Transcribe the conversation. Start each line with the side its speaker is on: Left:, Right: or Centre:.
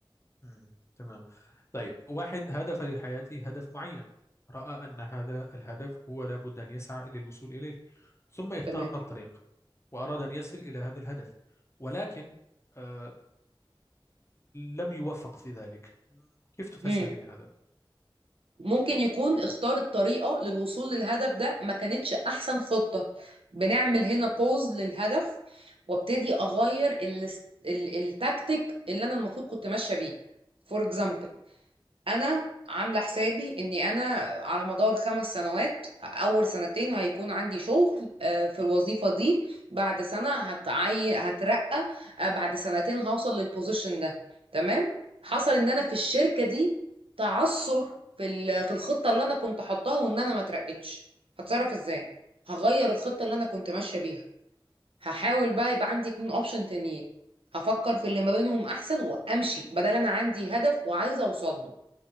Left: مم. تمام طيب واحد هدف لحياته هدف معين رأى أن هذا الهدف هو لابد أن يسعى للوصول إليه ثم اختار
Right: تمام
Left: الطريق وأراد أن يصل إلى هذا الهدف ولكن آه لم يوفق في ذلك كيف تفسرين
Right: مم.
Left: هذا؟
Right: ممكن يكون اختار الطريقة للوصول للهدف ده ما كانتش احسن خطة بنعمل هنا بوز للهدف وابتدي اغير ال- ال- التكتيك اللي انا المفروض كنت ماشية بيه فور اكزامبل انا عامله حسابي اني انا على مدار خمس سنوات اول سنتين هيكون عندي شغل آه، في الوظيفه دي بعد سنه هتعي... هترقى آه، بعد سنتين هوصل للبوزيشن ده تمام حصل ان انا في الشركه دي تعثر في ال... في الخطه اللي انا كنت حطاها وان انا ما اترقتش هتصرف ازاي هغير الخطه اللي انا كنت ماشيه بيها هحاول بقى يبقى عندي اتنين اوبشن تانيين هفكر في اللي ما بينهم احسن وامشي بدل انا عندي هدف وعايزه اوصل له